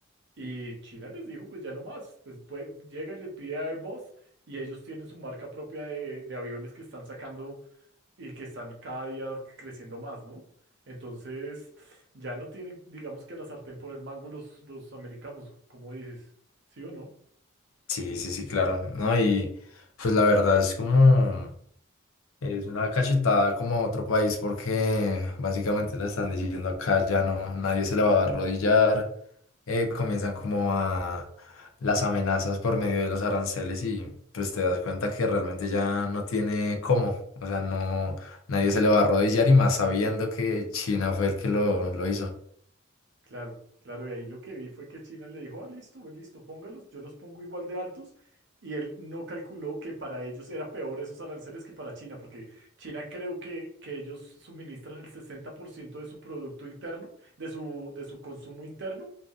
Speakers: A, on the right; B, on the left.
A: Y China les dijo, pues ya no más, pues, pue- llega y le pide a Airbus y ellos tienen su marca propia de, de aviones que están sacando y que están cada día creciendo más, ¿no? Entonces, ya no tienen, digamos que la sartén por el mango los, los americanos, como dices, ¿sí o no?
B: Sí, sí, sí, claro. No, y pues la verdad es como es una cachetada como a otro país porque básicamente le están diciendo acá ya no, nadie se le va a arrodillar, eh, comienzan como a las amenazas por medio de los aranceles y pues te das cuenta que realmente ya no tiene cómo, o sea, no, nadie se le va a arrodillar y más sabiendo que China fue el que lo, lo hizo.
A: Claro, claro, y ahí lo que vi fue que China le dijo, ah, listo, pues, listo, póngalos, yo los pongo igual de altos, y él no calculó que para ellos era peor esos aranceles que para China, porque China creo que, que ellos suministran el 60% de su producto interno, de su, de su consumo interno,